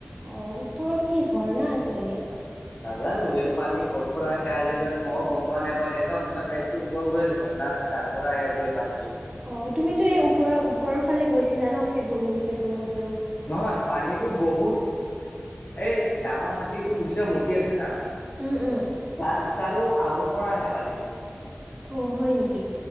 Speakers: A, on the right; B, on the left.
A: অ ওপৰত কি ঝৰ্ণা আছে চাগে।
B: নাজানো এইটো পানী কৰ পৰা আহে আজিলৈ মইযো গম পোৱা নাই বাট এনেকুৱা শুনা পাইছো ওপৰবোৰে ঝৰ্ণা। আছে তাৰ পৰা আহে বোলে পানীটো।
A: অ তুমিতো এই ওপৰৰ ওপৰৰ ফালে গৈছিলা ন সেগুন চেগুন গছ
B: নহয় পানীতটো বহুত এই ডাঙৰ হাতীটো যেতিয়া মতি আছে না।
A: উম, উম,
B: তাৰ তাৰো আগৰ পৰা আহে পানীটো মানে।
A: অ হয় নেকি।